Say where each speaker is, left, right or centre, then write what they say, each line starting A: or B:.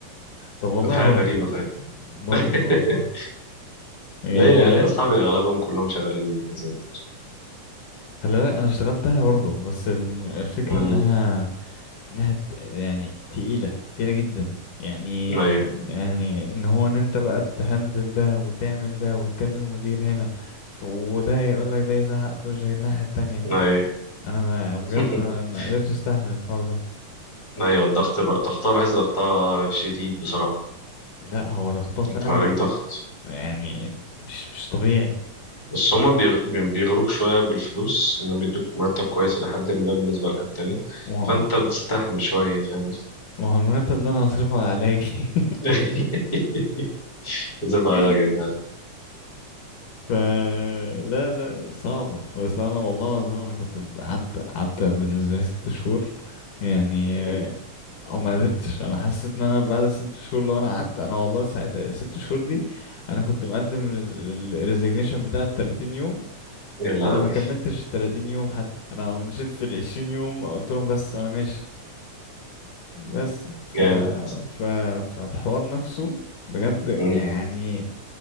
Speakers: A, on the left; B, on the left.
A: طب والله
B: دي حاجه
A: بركة
B: غريبه فعلا
A: بركة
B: <laughs>
A: والله يعني
B: ليه لا ليه اصحابي اغلبهم كلهم شغالين كول سنتر
A: خلي بالك انا اشتغلتها برضو بس الم- الفكرة
B: امم
A: انها انها ت- يعني تقيلة تقيلة جدا يعني
B: ايوه
A: يعني ان هو ان انت بقى تهندل ده وتعمل ده وتكلم المدير هنا ف- وده يقول لك ده يزعق في وشك الناحية التانية
B: ايوه
A: انا ما بجد
B: <laughs>
A: انا ما قدرتش استحمل الحوار ده
B: ايوه الضغط بقى ضغطها بحس ضغطها شديد بصراحه
A: لا هو ده خطاه فعلا
B: انت بقى عليك ضغط
A: يعني مش مش طبيعي
B: بس هما
A: بس
B: بيغ- بيغروك شوية بالفلوس إنهم بيدوك مرتب كويس إلى حد ما بالنسبة لحد تاني
A: ما هو
B: فأنت بتستحمل شوية فاهم قصدي؟
A: ما هو المرتب ده انا هصرفه على علاجي
B: <laughs> زف على
A: <laughs>
B: راجلك فعلا
A: ف لا لا صعبة بس أنا والله العظيم أنا كنت قعدت قعدت بالنسبة لي ست شهور يعني
B: <laughs>
A: آه، أو ما قدرتش أنا حسيت إن أنا بعد ست شهور لو أنا قعدت أنا والله ساعتها الست شهور دي أنا كنت مقدم الريزيجنيشن بتاع ال 30 يوم
B: يا لهوي
A: أنا ما كملتش ال 30 يوم حتى أنا مشيت في ال 20 يوم قلت لهم بس أنا ماشي بس ف
B: جامد
A: ف فالحوار نفسه بجد
B: مم.
A: يعني